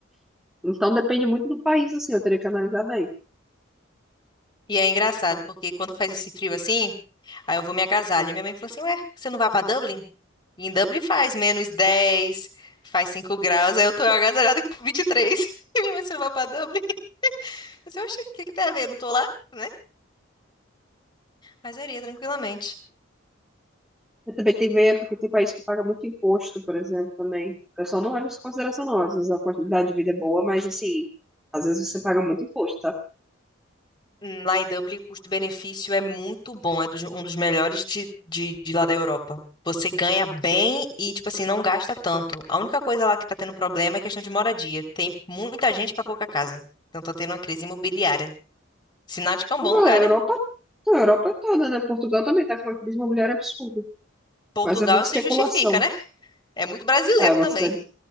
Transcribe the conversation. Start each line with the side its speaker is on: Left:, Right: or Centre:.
Centre: Então depende muito do país, assim, eu teria que analisar bem.
Left: E é engraçado, porque quando faz esse frio assim, aí eu vou me agasalho. Minha mãe falou assim, ué, você não vai pra Dublin? Em Dublin faz menos 10, faz 5 graus, aí eu tô agasalhada com 23. E três. <laughs> E minha mãe, você não vai pra Dublin? Mas eu achei, o que que tem a ver? Eu Não tô lá, né? Mas eu iria tranquilamente.
Centre: Eu também tem que ver, porque tem país que paga muito imposto, por exemplo, também. O pessoal não leva isso em consideração, não. Às vezes a quantidade de vida é boa, mas assim, às vezes você paga muito imposto, tá?
Left: Hum, Lá em Dublin, o custo-benefício é muito bom, é dos- um dos melhores de, de, de lá da Europa. Você ganha bem e, tipo assim, não gasta tanto. A única coisa lá que tá tendo problema é questão de moradia. Tem muita gente pra pouca casa. Então tá tendo uma crise imobiliária. Sinal de que é um
Centre: Então,
Left: bom lugar,
Centre: a Europa,
Left: né?
Centre: a Europa é toda, né? Portugal também tá com uma crise imobiliária absurda,
Left: Portugal
Centre: mas é muita especulação.
Left: se justifica, né? É muito brasileiro
Centre: Ah, É uma
Left: também.
Centre: cidade